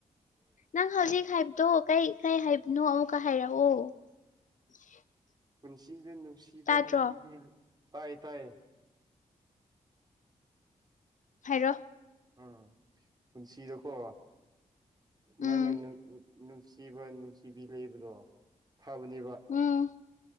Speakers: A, on the left (about 65°); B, on the right (about 30°).
A: ꯅꯪ ꯍꯧꯖꯤꯛ ꯍꯥꯏꯕ꯫ ꯗꯣ ꯀꯩ ꯀꯩ ꯍꯥꯏꯕꯅꯣ ꯑꯃꯨꯛꯀ ꯍꯥꯏꯔꯛꯑꯣ꯫ <unintelligible>
B: ꯄꯨꯟꯁꯤꯗ ꯅꯨꯡꯁꯤꯕ
A: ꯇꯥꯗ꯭ꯔꯣ
B: ꯅꯨꯡꯁꯤꯕꯤ ꯇꯥꯏꯌꯦ ꯇꯥꯏꯌꯦ꯫
A: ꯍꯥꯏꯔꯣ꯫
B: ꯎꯝ ꯄꯨꯟꯁꯤꯗꯀꯣ
A: ꯎꯝ
B: ꯅꯪꯅ ꯅꯨꯡꯁꯤꯕ ꯅꯨꯡꯁꯤꯕꯤ ꯂꯩꯕꯔꯣ꯫ ꯐꯥꯕꯅꯤꯕ
A: ꯎꯝ